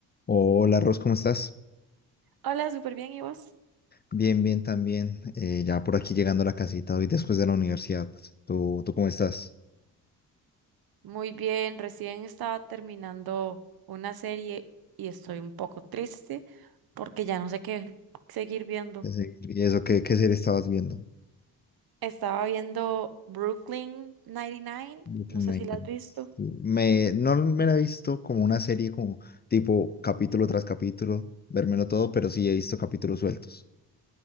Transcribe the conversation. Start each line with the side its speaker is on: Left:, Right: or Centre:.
Left: Hola, Ros, ¿cómo estás?
Right: Hola, súper bien, ¿y vos?
Left: Bien, bien, también. Eh, ya por aquí llegando a la casita hoy después de la universidad. ¿Tú, tú cómo estás?
Right: Muy bien, recién estaba terminando una serie y estoy un poco triste porque ya no sé qué seguir viendo.
Left: Ese- ¿Y eso qué, qué serie estabas viendo?
Right: Estaba viendo Brooklyn 99,
Left: Brooklyn
Right: no sé
Left: Nine-Nine.
Right: si la has visto.
Left: Sí, Me, no me la he visto como una serie, como tipo capítulo tras capítulo, vérmelo todo, pero sí he visto capítulos sueltos.